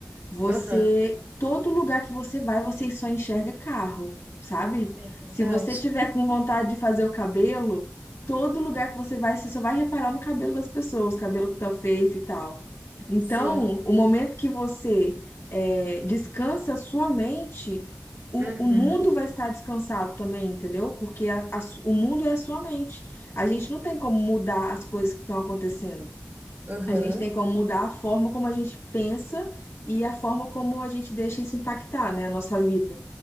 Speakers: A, on the left; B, on the right.
A: você,
B: Aham,
A: todo lugar que você vai, você só enxerga carro, sabe?
B: é verdade.
A: Se você tiver com vontade de fazer o cabelo, todo lugar que você vai, você só vai reparar no cabelo das pessoas, o cabelo que tá feito e tal. Então,
B: Sim.
A: o momento que você é, descansa a sua mente, o,
B: Uhum.
A: o mundo vai estar descansado também, entendeu? Porque a- a su- o mundo é a sua mente. A gente não tem como mudar as coisas que estão acontecendo.
B: Uhum.
A: A gente tem como mudar a forma como a gente pensa e a forma como a gente deixa isso impactar, né, a nossa vida.